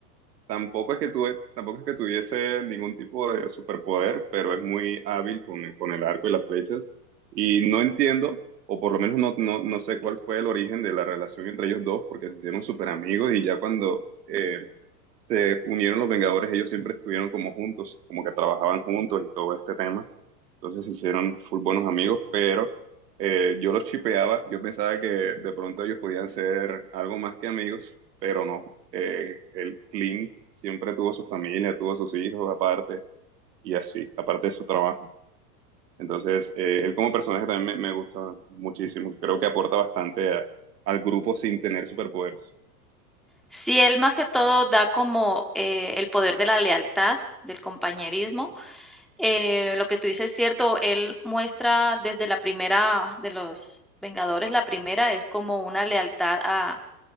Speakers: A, on the right; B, in the centre.
A: Tampoco es que tuve, tampoco es que tuviese ningún tipo de superpoder, pero es muy hábil con, con el arco y las flechas. Y no entiendo, o por lo menos no, no, no sé cuál fue el origen de la relación entre ellos dos, porque se hicieron súper amigos y ya cuando eh, se unieron los Vengadores, ellos siempre estuvieron como juntos, como que trabajaban juntos y todo este tema. Entonces se hicieron full buenos amigos, pero eh, yo los chipeaba, yo pensaba que de pronto ellos podían ser algo más que amigos, pero no. Eh, el Clint siempre tuvo su familia, tuvo sus hijos aparte y así, aparte de su trabajo. Entonces, eh, él como personaje también me, me gusta muchísimo. Creo que aporta bastante a- al grupo sin tener superpoderes.
B: Sí él más que todo da como eh, el poder de la lealtad, del compañerismo, Eh, lo que tú dices es cierto, él muestra desde la primera de los Vengadores, la primera es como una lealtad a,